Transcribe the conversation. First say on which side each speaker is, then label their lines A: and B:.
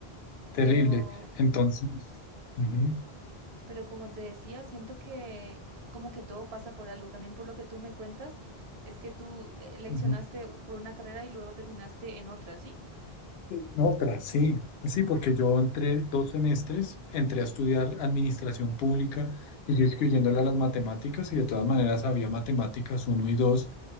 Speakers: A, on the left; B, on the right.
A: terrible.
B: Pero...
A: Entonces, ujú,
B: Pero como te decía, siento que como que todo pasa por algo. También por lo que tú me cuentas, es que tú eh, leccionaste
A: ujú.
B: por una carrera y luego terminaste en otra, ¿sí?
A: No, otra, sí, sí, porque yo entré dos semestres, entré a estudiar administración pública y yo excluyéndole a las matemáticas y de todas maneras había matemáticas uno y dos